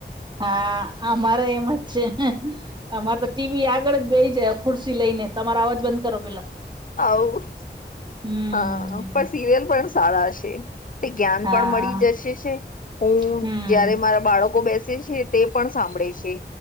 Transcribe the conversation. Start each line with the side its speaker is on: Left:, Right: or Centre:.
Right: હા અમારે એમ જ છે ને અમારે તો ઈ ટીવી આગળ જ બેહી જાય ખુરશી લઈને તમારો અવાજ બંધ કરો પેલા
Left: આવું
Right: હમ
Left: હા, પણ સિરિયલ પણ સારા શે. તે જ્ઞાન
Right: હા
Left: પણ મળી જશે છે. હું
Right: હમ
Left: જયારે મારા બાળકો બેસે છે. તે પણ સાંભળે છે